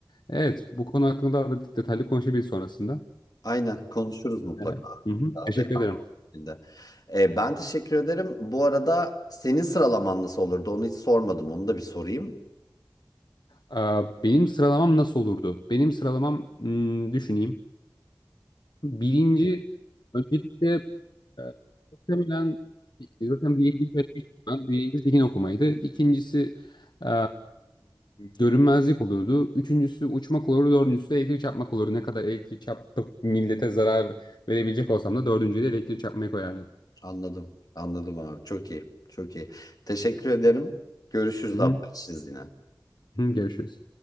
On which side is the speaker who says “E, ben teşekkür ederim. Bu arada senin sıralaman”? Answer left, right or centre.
Left